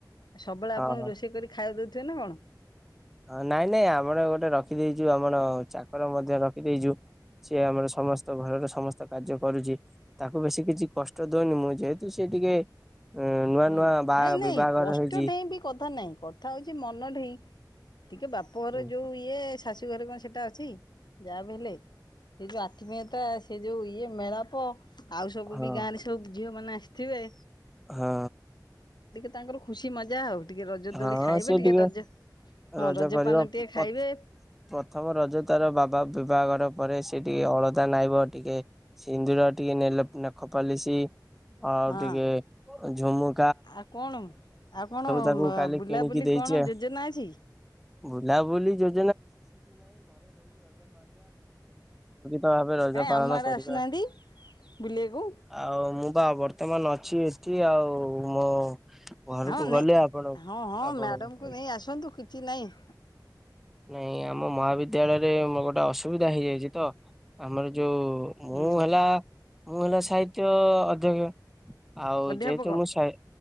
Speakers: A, on the left (about 75°); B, in the centre.
A: ଆ ସବୁବେଳେ
B: ହଁ
A: ଆପଣ
B: ହଁ।
A: ରୋଷେଇ କରି ଖାଇବା ଦଉ ଥୁଏ ନାଁ କଣ?
B: ହଁ ନାଇଁ ନାଇଁ ଆମର ଗୋଟେ ରଖିଦେଇଚୁ ଆମର ଚାକର ମଧ୍ୟ ରଖିଦେଇଚୁ। ସିଏ ଆମର ସମସ୍ତ ଘରର ସମସ୍ତ କାର୍ଯ୍ୟ କରୁଚି। ତାକୁ ବେଶୀ କିଛି କଷ୍ଟ ଦଉନି ମୁଁ ଯେହେତୁ ସିଏ ଟିକେ ଉ ନୂଆ
A: ହୁଁ
B: ନୂଆ ବା
A: ନାଇଁ
B: ବିବାହଘର
A: ନାଇଁ କଷ୍ଟ
B: ହେଇଛି।
A: ଢେଇଁ ବି କଥା ନାଇଁ କଥା ହଉଚି ମନ ଠି। ଟିକେ ବାପ ଘର
B: ହଁ
A: ଯୋଉ ଇଏ ଶାଶୁ ଘରେ କଁ ସେଟା ଅଛି? ଯାହା ବି ହେଲେ ସେ ଯାଆ ତୁମେ ତ ସେ ଯଉ ଇଏ ମେଳାପ ଆଉ ସବୁ
B: ହଁ
A: ବି ଗାଁରେ ସବୁ ଝିଅମାନେ ସ୍ ଥିବେ।
B: ହଁ।
A: ତାଙ୍କର ଖୁସି ମଜା ଆଉ। ଟିକେ ରଜ ଦୋଳି
B: ହଁ
A: ଖାଇବେ
B: ସିଏ
A: ଟିକେ
B: ଟିକେ
A: ରଜ ହଁ
B: ରଜ
A: ରଜପାନ
B: କରିବ।
A: ଟିକେ
B: ପ୍ରଥ
A: ଖାଇବେ
B: ପ୍ରଥମ ରଜ ତାର ବାବା ବିବାଘର ପରେ ସିଏ ଟିକେ ଅଳତା ନାଇବ। ଟିକେ ସିନ୍ଦୁର ଟିକେ ନେଲ ନଖପାଲିସି ଆଉ
A: ହଁ।
B: ଟିକେ ଝୁମୁ
A: ଆଉ କଣ ଆଉ କଣ
B: ତାକୁ
A: ମ
B: କାଲି
A: ବୁଲାବୁଲି
B: କିଣିକି ଦେଇଛି
A: କଣ
B: ଆଉ।
A: ଯୋଜନା ଅଛି?
B: ବୁଲାବୁଲି ତ ଭାବେ ରଜ
A: କାଇଁ
B: ପାଳନ
A: ଆମ ଆଡ଼େ
B: କରିବା,
A: ଆସୁନାହାନ୍ତି ବୁଲିବାକୁ
B: ଆଉ ମୁଁ ପା ବର୍ ତମ ନଛି ଏଠି ଆଉ ମୋ ଘରୁକୁ
A: ହଁ ନାଇଁ
B: ଗଲେ ଆପଣ
A: ହଁ ହଁ
B: ଆପଣଙ୍କୁ
A: ମେଡ଼ମକୁ ନେଇ ଆସନ୍ତୁ କିଛି ନାହିଁ। <inaudible>
B: ନାଇଁ ଆମ ମହାବିଦ୍ୟାଳୟରେ ମୋର ଗୋଟେ ଅସୁବିଧା ହେଇଯାଇଚି ତ ଆମର ଯୋଉ ଉ
A: ହୁଁ
B: ମୁଁ ହେଲା ମହିଳା ସାହିତ୍ୟ ଅଧ୍ୟକ୍ଷ ଆଉ
A: ଅଧ୍ୟାପକ
B: ଯେହେତୁ ମୁଁ ସାହି